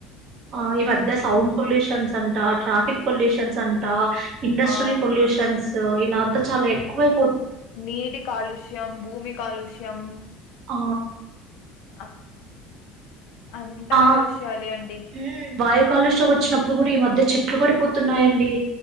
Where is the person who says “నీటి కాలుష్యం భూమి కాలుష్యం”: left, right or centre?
Left